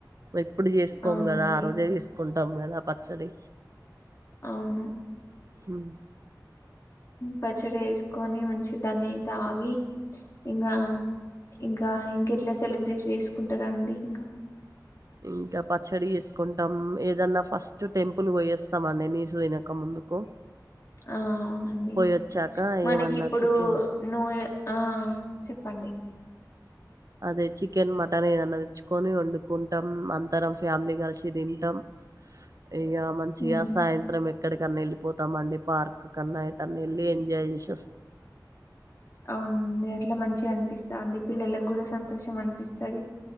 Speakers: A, on the right; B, on the left.
A: ఇప్పుడు చేసుకోము
B: అవునండి
A: కదా ఆ రోజే చే కుంటాం లేదా పచ్చడి
B: అవును
A: హ్మ్.
B: పచ్చడి వేసుకొని మంచి దాన్ని తాగి ఇంకా ఇంకా ఇంకెట్లా సెలబ్రేట్ చేసుకుంటారండి ఇంకా
A: ఇంకా పచ్చడి చేసుకుంటాం ఏదన్నా ఫస్ట్ టెంపుల్ పోయేస్తామండి నీసు తినక ముందుకు
B: ఆ అవునండి
A: పోయొచ్చాక
B: మనకి
A: ఏమన్నా
B: ఇప్పుడు
A: చికెన్
B: నో ఆ చెప్పండి
A: అదే చికెన్ మటన్ ఏదనా తెచ్చుకొని వండుకుంటాం అందరం ఫ్యామిలీ కలిసి తింటాం ఇక మంచిగా
B: ఉమ్
A: సాయంత్రం ఎక్కడికన్నా వెళ్ళిపోతామండి పార్క్ కన్నాయ తన్ ఎళ్ళి ఎంజాయ్ చేస్
B: అవునండి అట్ల మంచి అనిపిస్తాంది పిల్లలకి కూడా సంతోషం అనిపిస్తది